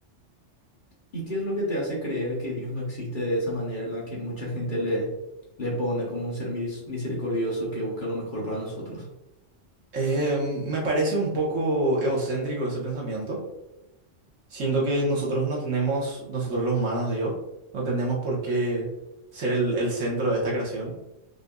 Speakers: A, on the left; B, on the right.
A: ¿Y qué es lo que te hace creer que Dios no existe de esa manera en la que mucha gente le, le pone como un ser miris- misericordioso que busca lo mejor para nosotros?
B: Eh, me parece un poco egocéntrico ese pensamiento. Siento que nosotros no tenemos, nosotros los humanos, digo, no tenemos por qué ser el, el centro de esta creación.